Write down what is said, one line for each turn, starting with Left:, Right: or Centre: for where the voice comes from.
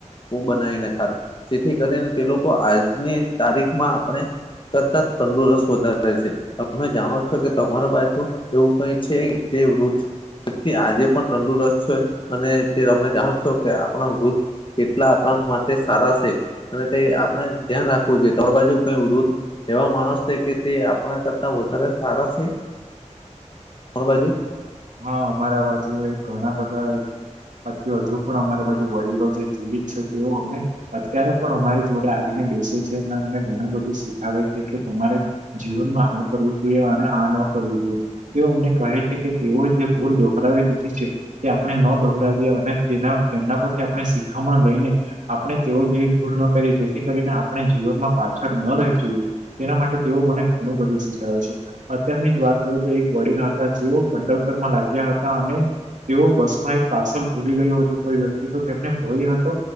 Left: બો બનાવીને ખાતા જેથી કરીને તે લોકો આજની તારીખમાં આપણે કરતા તંદુરસ્ત વધારે રહે છે. તમે જાણો છો કે તમારા બાજુ એવું કઈ છે જે વૃદ્ધ વ્યક્તિ આજે પણ તંદુરસ્ત છે અને તે તમે જાણો છો કે આપણા વૃદ્ધ કેટલા આપણા માટે સારા છે અને તે આપણે ધ્યાન રાખવું જોઈ તોણ બાજુ કઈ વૃદ્ધ એવા માણસ છે કે તે આપણા કરતા વધારે સારા છે કોણ બાજુ
Right: હા અમારા બાજુ ઘણા બધા બાકી હજુ પણ અમારા બાજુ વડીલો જે જીવિત છે તેઓ અમને અત્યારે પણ અમારી જોડે આવીને બેસે છે અને અમને ઘણા બધું શીખાવે છે કે તમારે જીવનમાં આ કરવું જોઈએ અને આ ન કરવું જોઈએ તે અમને કહે છે કે એવ જે ભૂલ દોહરાવી દીધી છે તે આપણે ન દોહરાવીએ અને તેના તેમના પરથી આપણે શિખામણ લઈને આપણે તેઓ જેવી ભૂલ ન કરીએ જેથી કરીને આપણે જીવનમાં પાછળ ન રહી જઈએ તેના માટે તેઓ મને ઘણું બધું શીખવેે છે અત્યારની જ વાત કરું તો એક વડીલ હતા જેઓ ગંડોતર માં લાગ્યા હતા અને તેઓ બસ માં એક પાર્સલ ભૂલી ગયું હતું કોઈ વ્યક્તિ તો તેમને ભય હતો